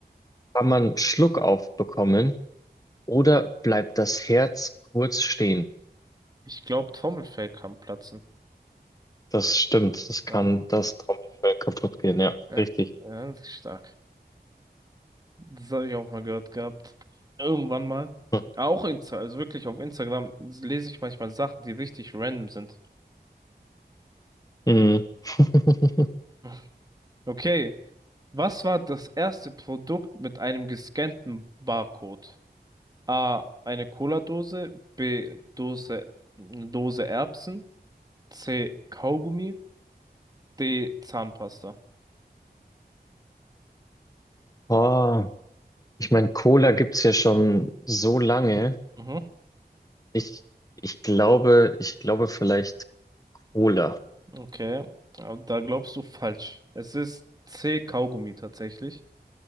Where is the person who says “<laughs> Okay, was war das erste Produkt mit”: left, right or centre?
Right